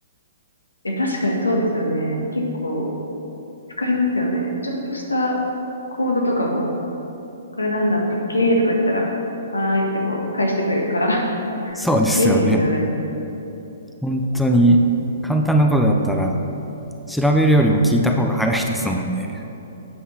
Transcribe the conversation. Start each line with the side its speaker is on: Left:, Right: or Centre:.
Left: え、確かにそうですよね。結構使いますよね。ちょっとしたコードとかもこれなんだったっけとか言ったら、はーいってこう返してくれるから <laughs>
Centre: そうですよね。
Left: 便利ですよね。
Centre: 本当に、簡単なことだったら、調べるよりも聞いた方が早いですもんね。